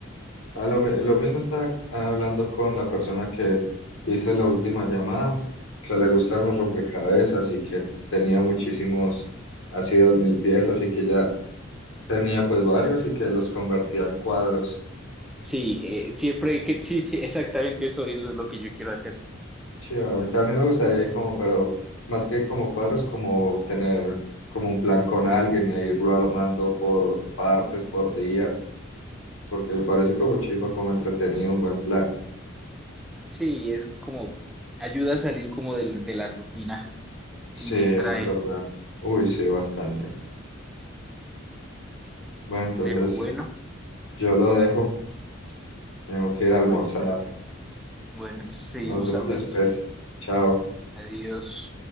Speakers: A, on the left (about 80°); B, in the centre.
A: A lo, mi- lo mismo estaba hablando con la persona que hice la última llamada, que le gustan los rompecabezas y que tenía muchísimos, así dos mil piezas y que ya tenía pues varios y que los convertía en cuadros.
B: Sí, eh, siempre que, sí, sí, exactamente eso es lo que yo quiero hacer.
A: Sí, a mí también me gustaría ir como, pero más que como cuadros, como tener como un plan con alguien e irlo armando por partes, por días, porque me parece como chimba, como entretenido, un buen plan.
B: Sí, es como ayuda a salir como del- de, la rutina
A: Sí,
B: y distrae,
A: eso es verdad. Uy, sí, bastante. Bueno, entonces...
B: pero bueno,
A: Yo lo dejo, tengo que ir a
B: bueno,
A: almorzar.
B: ent- bueno, entonces seguimos
A: Nos vemos
B: hablando.
A: después. Chao.
B: Adiós.